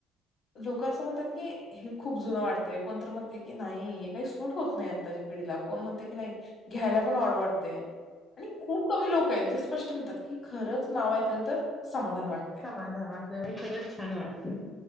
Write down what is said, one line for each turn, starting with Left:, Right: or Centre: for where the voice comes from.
Left: लोक असं म्हणतात की हे खूप जुनं वाटतय कोणत म्हणते की नाही हे काही सूट होत नाही आत्ताची पिढीला कोण म्हणते की नाही घ्यायला पण ओड वाटते आणि खूप कमी लोक आहेत जे स्पष्ट म्हणतात की खरंच नाव ऐकल्यानंतर समाधान वाटतंय.
Centre: समाधान असते नाही खरच छान वाटते